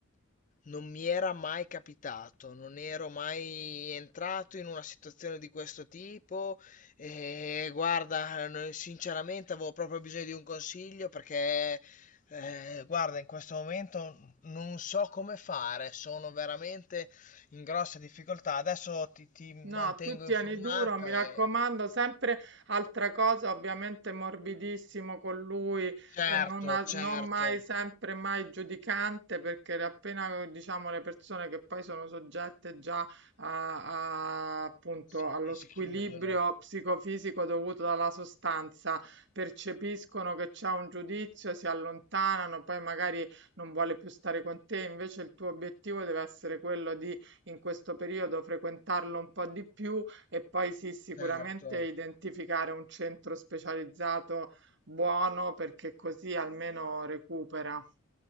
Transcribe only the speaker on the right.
No, tu
tieni duro, mi raccomando,
sempre altra cosa, ovviamente morbidissimo con lui,
eh, non, a-
non mai sempre mai giudicante, perché appena diciamo le persone che poi sono soggette già a- a- appunto
allo
squilibrio
psicofisico dovuto dalla sostanza, percepiscono che c'è un giudizio, si allontanano, poi magari non vuole più stare con te, invece il tuo obiettivo deve essere quello di in questo periodo frequentarlo un po' di più e poi sì, sicuramente
identificare un centro specializzato buono perché così almeno recupera.